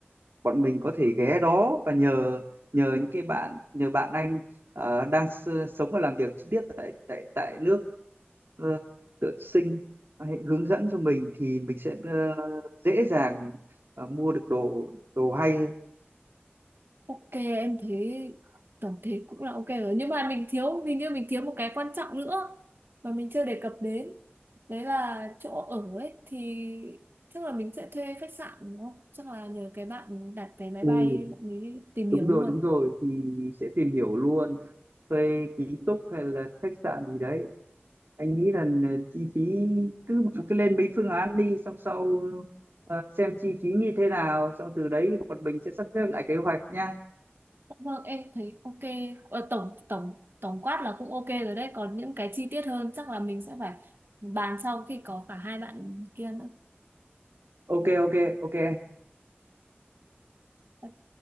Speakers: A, on the right; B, on the right.
A: bọn mình có thể ghé đó và nhờ nhờ những cái bạn nhờ bạn anh ờ, đang s- sống và làm việc trực tiếp tại tại tại nước ờ, tự sinh hãy hướng dẫn cho mình thì mình sẽ ờ, dễ dàng ờ, mua được đồ đồ hay
B: Ok em thấy tổng thể cũng là ok rồi nhưng mà mình thiếu hình như mình thiếu một cái quan trọng nữa mà mình chưa đề cập đến đấy là chỗ ở ấy thì chắc là mình sẽ thuê khách sạn đúng không chắc là nhờ cái bạn đặt vé máy
A: Ừ.
B: bay bạn ấy tìm hiểu
A: đúng rồi
B: luôn
A: đúng rồi thì sẽ tìm hiểu luôn về ký túc hay là khách sạn gì đấy anh nghĩ là ờ, chi phí cứ cứ lên mấy phương án đi xong sau ờ, xem chi phí như thế nào xong từ đấy bọn mình sẽ sắp xếp lại kế hoạch nha
B: vâng em thấy ok ờ, tổng tổng tổng quát là cũng ok rồi đấy còn những cái chi tiết hơn chắc là mình sẽ phải bàn sau khi có cả hai bạn kia nữa
A: ok ok ok
B: ok